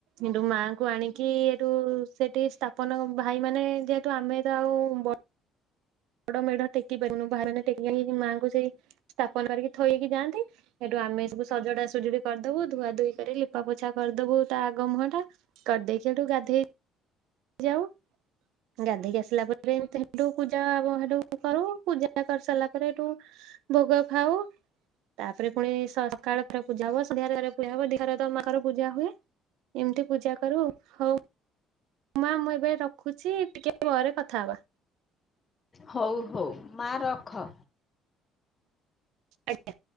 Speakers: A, on the right; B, on the left.
A: ଏଠୁ ମାଙ୍କୁ ଆଣିକି ଏଠୁ ସେଠି ସ୍ଥାପନ ଭାଇ ମାନେ ଯେହେତୁ ଆମେ ତ ଆଉ ବ ବଡ ମେଢ ଟେକି ପାରିବୁନି ବାହାରେ ଟେକିି ମାଆଙ୍କୁ ସେଇ ସ୍ଥାପନ କରିକି ଥୋଇଇକି ଯାଆନ୍ତି। ସେଠୁ ଆମେ ସବୁ ସଜଡା ସଜୁଡି କରିଦବୁ ଧୁଆ ଧୁୋଇ କରି ଲିପା ପୋଛା କରିଦବୁ ତା ଆଗ ମୁହଁ ଟା କରିଦେଇକି ସେଠୁ ଗାଧେଇ ଯାଉ ଗାଧୋଇକି ଆସିଲା ପରେ ଏମତି ସେଠୁ ପୂଜା <unintelligible> ସେଠୁ କରୁ ପୂଜା କରି ସାରିଲା ପରେ ଏଠୁ ଭୋଗ ଖାଉ। ତାପରେ ପୁଣି ସ -ସକାଳରେ ପୂଜା ହବ ସନ୍ଧ୍ୟାରେ ପୂଜା ହବ ଦିଘ ତ ମାର ପୂଜା ହୁଏ <unintelligible> ଏମିତି ପୂଜା କରୁ ହଉ। ମା ମୁଁ ଏବେ ରଖୁଛି ଟିକେ ପରେ କଥା ହବା।
B: ହଉ ହଉ ମା ରଖ।
A: ଆଜ୍ଞା।